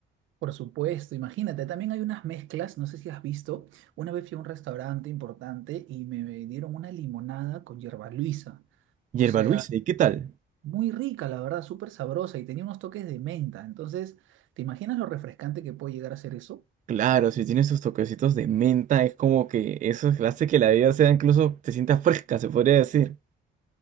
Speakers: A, on the right; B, on the right.
A: Por supuesto, imagínate, también hay unas mezclas, no sé si has visto, una vez fui a un restaurante importante y me dieron una limonada con hierba luisa.
B: Hierba
A: O sea,
B: Luisa, ¿y qué tal?
A: Muy rica, la verdad, súper sabrosa y tenía unos toques de menta. Entonces, ¿te imaginas lo refrescante que puede llegar a ser eso?
B: Claro, si tiene sus toquecitos de menta, es como que eso hace que la bebida sea incluso, te sienta fresca, se podría decir.